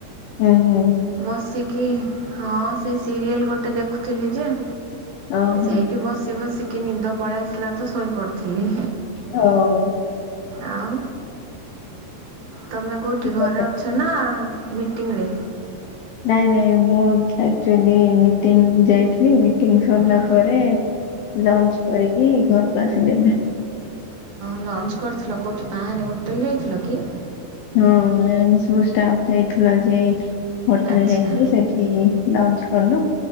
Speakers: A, on the left; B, on the right.
A: ହୁଁ ହୁଁ।
B: ବସିକି ହଁ ସେ ସିରିଏଲ ଗୋଟେ ଦେଖୁଥିଲି ଯେ
A: ଓହୋ
B: ସେଇଠି ବସି ବସିକି ନିଦ ପଳେଇ ଆସିଲା ତ ଶୋଇ ପଡିଥିଲି।
A: ହଉ।
B: ଆଉ ତମେ କେଉଠି
A: ବଢିଆ
B: ଘରେ ଅଛ
A: ବଢିଆ।
B: ନା ମିଟିଂରେ?
A: ନାଇଁ ନାଇଁ ମୁଁ ଆକ୍ଚୁଆଲି ମିଟିଂ ଯାଇଥିଲି ମିଟିଂ ସରିଲା
B: ହଁ
A: ପରେ ଲଞ୍ଚ କରିକି ଘରକୁ ଆସିଲି ଏଇନେ।
B: ଲଞ୍ଚ କରିଥିଲ କୋଉଠି ବାହାରେ ହୋଟେଲ ଯାଇଥିଲ କି?
A: ହଁ ଆମେ ସବୁ ଷ୍ଟାଫ ଯାଇଥିଲୁ ଆଜି ହୋଟେଲ
B: ଆଚ୍ଛା
A: ଯାଇଥିଲୁ ସେଇଠି ଏଇ ଲଞ୍ଚ କଲୁ